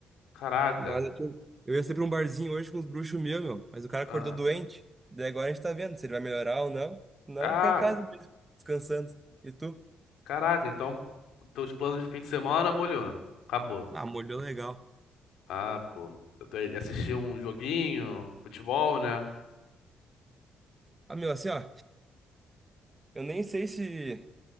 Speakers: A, on the left; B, on the right.
A: Caraca,
B: Mas eu, tinha- eu ia ser pra um barzinho hoje com os bruxos meus, meu, mas o cara acordou
A: ah,
B: doente, daí agora a gente tá vendo se ele vai melhorar ou não. Não,
A: ah,
B: ficar em casa mesmo, descansando. E tu?
A: caraca, então teus planos de fim de semana, molhou, acabou.
B: Ah, molhou legal.
A: Ah, pô, eu tô aí- assisti um joguinho, futebol, né?
B: Ah, meu, assim, ó, eu nem sei se